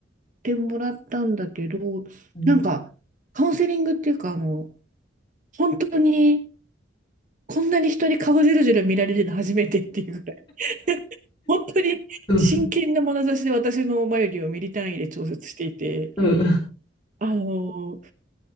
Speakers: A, on the right; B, on the left.
A: てもらったんだけど、
B: うん。
A: なんか、カウンセリングっていうか、あの、本当に、こんなに人に顔じろじろ見られるの初めてっていうぐらい、<laughs> 本当に真剣な眼差しで私の眉毛をミリ単位で調節していて、
B: うん。うん。
A: あの、